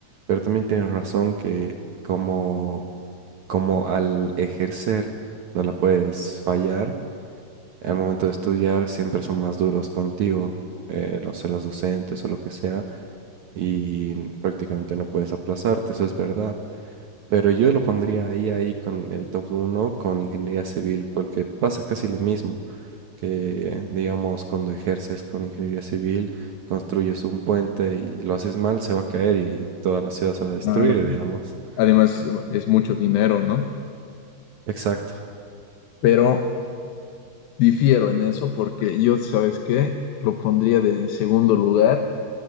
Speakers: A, on the right; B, on the left.
A: pero también tienes razón que como, como al ejercer no la puedes fallar, al momento de estudiar siempre son más duros contigo, eh, no sé, los docentes o lo que sea y prácticamente no puedes aplazarte, eso es verdad. Pero yo lo pondría ahí, ahí con el top uno con ingeniería civil, porque pasa casi lo mismo que, digamos, cuando ejerces con ingeniería civil, construyes un puente y lo haces mal, se va a caer y toda la ciudad se va a destruir,
B: Claro.
A: digamos.
B: Además, es mucho dinero, ¿no?
A: Exacto.
B: Pero difiero en eso porque yo, ¿sabes qué? Lo pondría de segundo lugar,